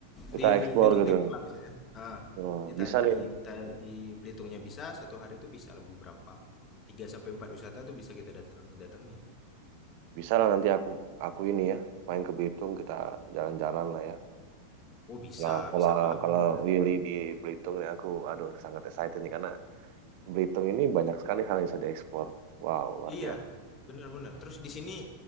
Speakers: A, on the right; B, on the left.
A: Kita
B: Di
A: eksplor
B: Bel- Belitung
A: gitu.
B: Timur lah misalnya. Ah
A: Oh,
B: di, ta-
A: bisa
B: di,
A: nih.
B: ta- di Belitungnya bisa, satu hari itu bisa lah beberapa. tiga sampai 4 wisata tuh bisa kita dateng, datengin.
A: Bisa lah nanti aku aku ini ya main ke Belitung kita jalan-jalan lah ya.
B: Oh bisa,
A: Nah, kalau
B: bisa banget.
A: kalau Willy di Belitung nih aku aduh sangat excited nih karena Belitung ini banyak sekali hal yang bisa dieksplor. Wow, luar
B: Iya,
A: biasa.
B: benar-benar. Terus di sini